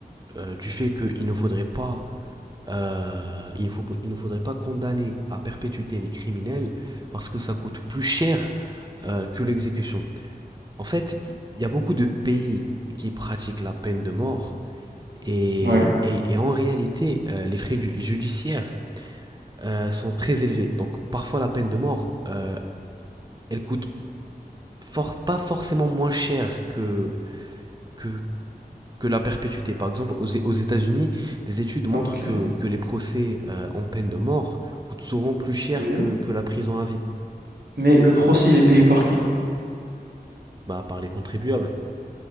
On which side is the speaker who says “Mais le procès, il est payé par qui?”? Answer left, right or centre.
Right